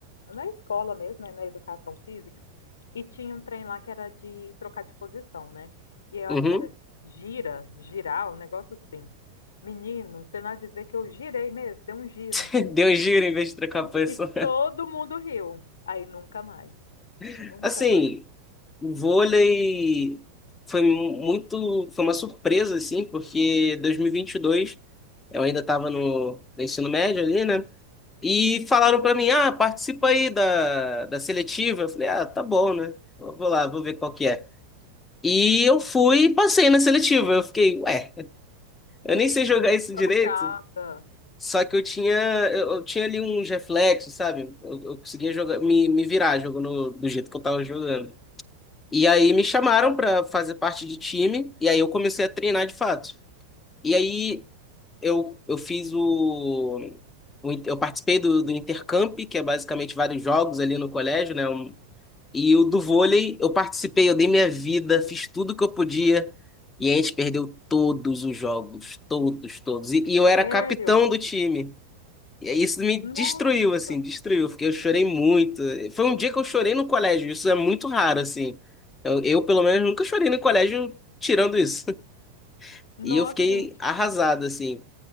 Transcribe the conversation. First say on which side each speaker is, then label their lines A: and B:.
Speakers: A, on the left; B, on the left.
A: na escola mesmo, né, na educação física, e tinha um trem lá que era de trocar de posição, né? E eu
B: Uhum.
A: acho que era gira, girar, um negócio assim. Menino, você não há de ver que eu girei mesmo, dei um giro.
B: <laughs> Deu um giro em vez de trocar
A: E,
B: a pessoa.
A: e todo mundo riu. Aí nunca mais.
B: <laughs>
A: Nunca
B: Assim,
A: mais.
B: o vôlei foi mu- muito, foi uma surpresa assim, porque 2022 eu ainda estava no, no ensino médio ali, né? E falaram para mim: "Ah, participa aí da, da seletiva". Eu falei: "Ah, tá bom, né? Eu Vou lá, vou ver qual que é". E eu fui e passei na seletiva. Eu fiquei, ué, eu nem sei jogar isso
A: Chocada.
B: direito. Só que eu tinha, eu, eu tinha ali uns reflexos, sabe? Eu, eu conseguia jogar, me, me virar jogando do jeito que eu tava jogando. E aí me chamaram pra fazer parte de time, e aí eu comecei a treinar de fato. E aí eu, eu fiz o, o in- Eu participei do, do Intercamp, que é basicamente vários jogos ali no colégio, né? Um, E o do vôlei, eu participei, eu dei minha vida, fiz tudo que eu podia. E a gente perdeu todos os jogos, todos, todos. E, e eu
A: Sério?
B: era capitão do time. E aí isso me
A: Nossa.
B: destruiu, assim, destruiu. Porque eu chorei muito. Foi um dia que eu chorei no colégio. Isso é muito raro, assim. Eu, eu, pelo menos, nunca chorei no colégio tirando isso. <laughs>
A: Nossa,
B: E eu fiquei
A: gente.
B: arrasado, assim.